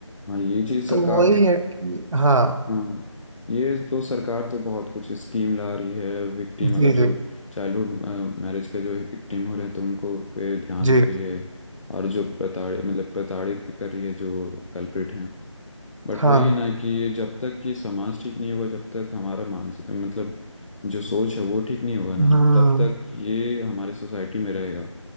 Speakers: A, on the left (about 80°); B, on the right (about 80°).
A: हाँ ये चीज़ सरकार
B: तो वही है कि हाँ
A: हाँ ये तो सरकार तो बहुत कुछ स्कीम ला रही है विक्टिम अगर
B: जी
A: जो
B: जी
A: चाइल्डहुड मैरिज के जो विक्टिम हो रहे हैं तो उनको पे ध्यान
B: जी
A: दे रही है और जो प्रताड़ित मतलब प्रताड़ित भी कर रही है जो कल्प्रिट हैं बट
B: हाँ
A: वही है ना कि ये जब तक ये समाज ठीक नहीं होगा जब तक हमारा मानस मतलब जो सोच है वो ठीक नहीं होगा ना
B: हाँ
A: तब तक ये हमारे सोसाइटी में रहेगा